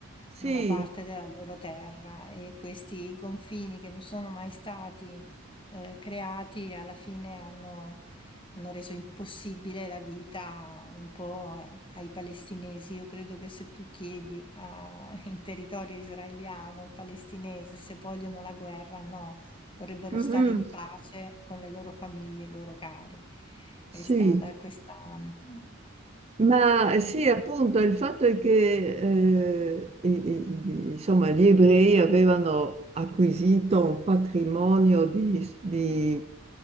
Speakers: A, on the right; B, on the left.
A: sì,
B: una parte della loro terra e questi confini che non sono mai stati eh, creati alla fine hanno, hanno reso impossibile la vita un po' eh, ai palestinesi. Io credo che se tu chiedi a- <laughs> in territorio israeliano o palestinese se vogliono la guerra, no vorrebbero
A: mhm,
B: stare in pace con le loro famiglie e i loro cari. Questa,
A: Sì,
B: la, questa, mm,
A: Ma eh, sì, appunto, il fatto è che eh, i- i- insomma, gli ebrei avevano acquisito un patrimonio di, di,